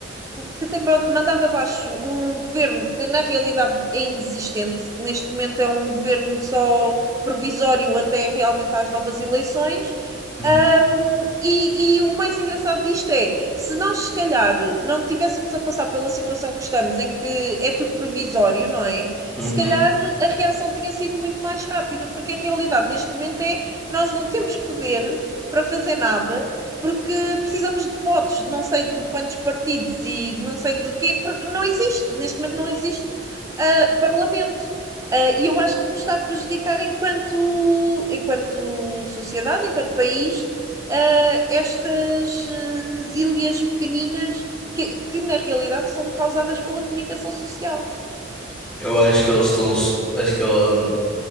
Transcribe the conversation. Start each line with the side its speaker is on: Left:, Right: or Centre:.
Right: que tem ba- mandado abaixo um governo que na realidade é inexistente, que neste momento é um governo só provisório até realmente às novas eleições.
Centre: hum,
Right: Um, e, e o mais engraçado disto é, se nós se calhar não tivéssemos a passar pela situação que estamos, em que é tudo provisório, não é?
Centre: uhum.
Right: Se calhar a reação tinha sido muito mais rápida, porque a realidade neste momento é nós não temos poder para fazer nada porque precisamos de votos, de não sei de quantos partidos e de não sei do quê, porque não existe, neste momento não existe ah, parlamento. Ah, e eu acho que nos está a prejudicar enquanto, enquanto sociedade, enquanto país, ah, estas uh, quesilhas pequeninas que, que na realidade são causadas pela comunicação social.
Centre: Eu acho que eles estão. Acho que ele,